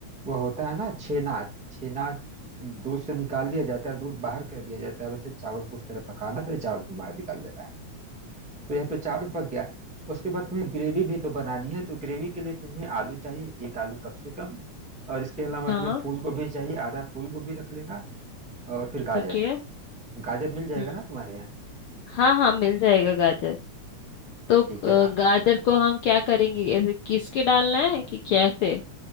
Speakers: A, in the centre; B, on the left.
A: वो होता है ना छेना छेना दूध से निकाल दिया जाता है दूध बाहर कर दिया जाता है वैसे चावल को उस तरह पकाना फिर चावल को बाहर निकाल देना है तो यह तो चावल पक गया उसके बाद तुम्हें ग्रेवी भी तो बनानी है तो ग्रेवी के लिए तुम्हें आलू चाहिए एक आलू कम से कम और इसके अलावा
B: हाँ
A: तुम्हें फूल गोभी चाहिए आधा फूल गोभी रख लेना और फिर गाजर
B: ठीक है
A: गाजर मिल जाएगा
B: हम्म
A: ना तुम्हारे यहाँ
B: हाँ हाँ मिल जाएगा गाजर तो अ,
A: ठीक है
B: गाजर को हम क्या करेंगे ऐसे किस के डालना है कि कैसे